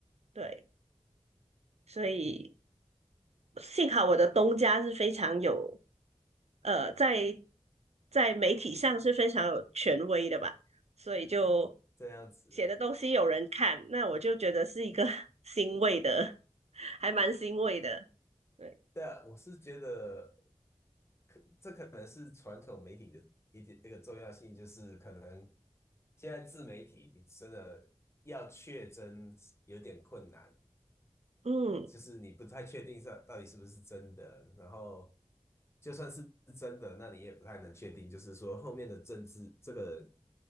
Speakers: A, on the right; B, on the left.
A: 对，所以幸好我的东家是非常有，呃，在在媒体上是非常有权威的吧，所以就
B: 这样子。
A: 写的东西有人看，那我就觉得是一个 <laughs> 欣慰的，还蛮欣慰的。对。
B: 对啊，我是觉得可，这可能是传统媒体的一点那个重要性，就是可能现在自媒体你真的要确真有点困难。
A: 嗯，
B: 就是你不太确定是到底是不是真的，然后就算是真的，那你也不太能确定，就是说后面的政治这个